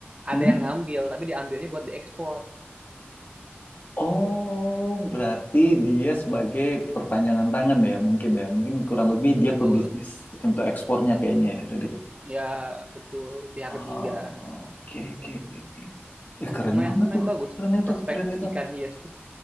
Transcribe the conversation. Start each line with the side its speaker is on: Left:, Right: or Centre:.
Left: mhm.
Right: ada yang ngambil, tapi diambilnya buat diekspor.
Left: Oh, berarti dia sebagai perpanjangan tangan ya, mungkin ya. Mungkin kurang lebih dia pebisnis
Right: Betul,
Left: untuk ekspornya kayaknya ya, Dodik. ya?
Right: ya betul pihak
Left: Oh,
Right: ketiga.
Left: oke, oke, oke, oke. Eh,
Right: Lu-
Left: keren
Right: Lumayan
Left: banget
Right: lumayan
Left: tuh.
Right: bagus
Left: Keren itu,
Right: prospek
Left: keren itu.
Right: ikan hias tuh.